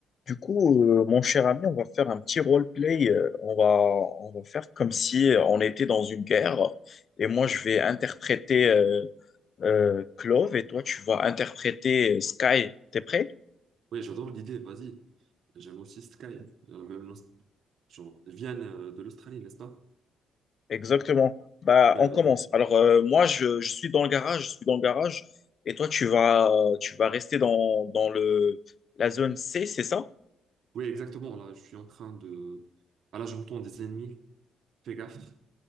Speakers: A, on the left; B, on the right.
A: Du coup, euh, mon cher ami, on va faire un petit roleplay. euh, on va, on va faire comme si euh, on était dans une guerre. Et moi, je vais interpréter euh, euh, Clove et toi, tu vas interpréter euh, Sky. T'es prêt?
B: Oui, j'adore l'idée, vas-y. J'aime aussi Sky, hein. euh, même l'Aust- genre, ils viennent euh, de l'Australie, n'est-ce pas?
A: Exactement. Bah,
B: Oui,
A: on
B: vas-y.
A: commence. Alors, euh, moi, je, je suis dans le garage. Je suis dans le garage. Et toi, tu vas, tu vas rester dans, dans le, la zone C, c'est ça?
B: Oui, exactement, là, je suis en train de... Ah là, j'entends des ennemis, fais gaffe.